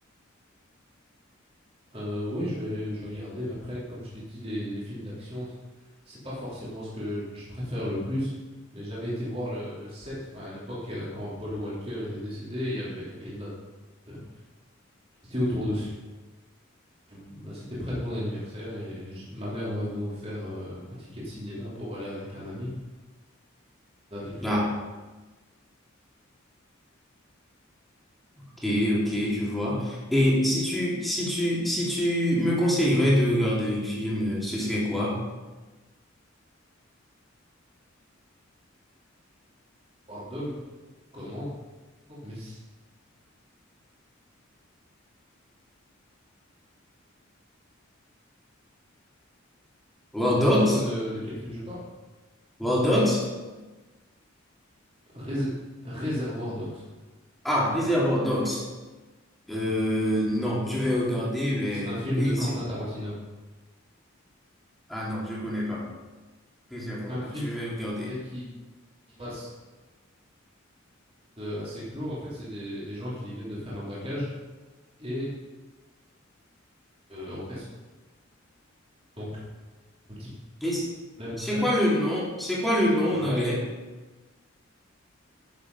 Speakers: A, on the right; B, in the centre.
A: Euh, oui, je vais, je vais regarder, mais après, comme je t'ai dit, les, les films d'action, c'est pas forcément ce que je préfère le plus. Mais j'avais été voir le, le 7, bah, à l'époque, euh, quand Paul Walker était décédé, il y avait énormément de publicité autour de ce film. Bah, c'était près de mon anniversaire et je- ma mère m'avait offert euh, un ticket de cinéma pour aller avec un ami. On avait une faire
B: Ah, ok, ok, je vois. Et si tu, si tu, si tu me conseillerais de regarder un film, euh, ce serait quoi?
A: War Dog, comment Mais si-
B: War
A: est-ce
B: Dogs?
A: que tu vois de, de quel film je parle?
B: War Dogs?
A: Rés- Réservoir Dogs.
B: Ah, Reservoir Dogs. Euh, non, je vais regarder, mais...
A: C'est un film
B: et
A: de Quentin
B: c'est-
A: Tarantino.
B: Ah non, je connais pas. Reservoir
A: C'est un
B: Dogs,
A: film
B: je vais regarder.
A: dès qu'ils passent assez clos, en fait, c'est des, des gens qui viennent de faire un braquage et euh, donc un petit
B: Et c-
A: problème
B: C'est
A: braquage.
B: quoi le nom? C'est quoi le nom
A: Là,
B: en anglais?